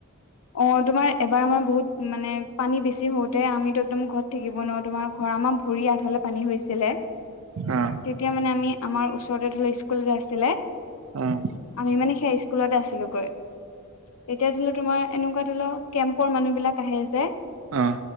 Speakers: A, on the left (about 85°); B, on the right (about 65°).
A: অ তোমাৰ এবাৰ আমাৰ বহুত মানে পানী বেছি হওঁতে আমিতো একদম ঘৰত থাকিব নোৱাৰো তোমাৰ ঘৰ আমাৰ ভৰি আধালে পানী হৈছিলে।
B: অ',
A: তেতিয়া মানে আমি আমাৰ ওচৰতে ধৰি লোৱা স্কুল যে আছিলে
B: অ',
A: আমি মানে সেই স্কুলতে আছিলোগৈ। এতিয়া ধৰি লোৱা তোমাৰ এনেকুৱা ধৰি লও কেম্পৰ মানুহবিলাক আহে যে
B: অ।